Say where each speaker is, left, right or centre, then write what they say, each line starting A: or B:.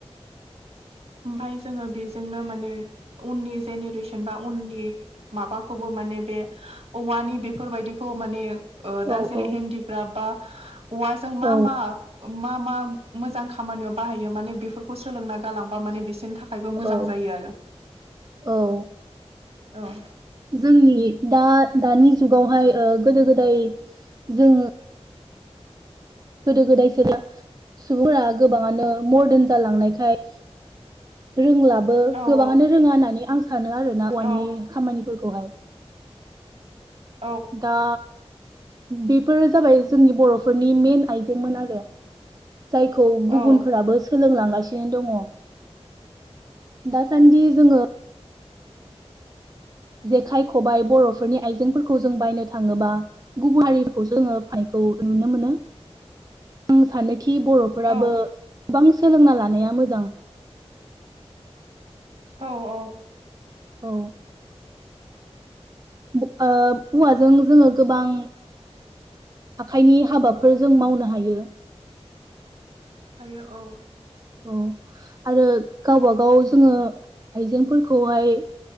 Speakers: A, on the right; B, on the right.
A: ओमाय जोङो बेजोंनो माने उननि जेनेरेसन बा उननि माबाखौबो माने बे औवानि बेफोरबायदिखौ माने
B: औ
A: दा जेरै हेन्दिक्राफ्ट बा औवाजों
B: औ
A: मा मा मा मा मोजां खामानियाव बाहायो माने बेफोरखौ सोलोंना गालांबा माने बिसोरनि थाखाय थाखायबो मोजां
B: औ
A: जायो आरो
B: औ
A: औ
B: जोंनि दा दानि जुगावहाय गोदो गोदाय जों गोदो गोदायसो <unintelligible> सुबुंफोरा गोबाङानो मदारन जालांनायखाय रोंलाबो
A: औ
B: गोबाङानो रोङा होननानै आं सानो आरोना औवानि
A: औ
B: खामानिफोरखौहाय
A: <inaudible>
B: दा बेफोरो जाबाय जोंनि बर'फोरनि मेन आइजेंमोन आरो जायखौ गुबुनफोराबो
A: औ
B: सोलोंलांगासिनो दङ दासान्दि जोङो जेखाइ खबाइ बर'फोरनि आइजेंफोरखौ जों बायनो थाङोबा गुबुन हारिखौसो जोङो फाननायखौ नुनो मोनो आं सानोखि बर'फोराबो
A: औ
B: गोबां सोलोंना लानाया मोजां
A: औ औ
B: औ ओ औवाजों जोङो गोबां आखाइनि हाबाफोर जों मावनो हायो।
A: हायो औ
B: औ आरो गावबागाव जोङो आइजेंफोरखौहाय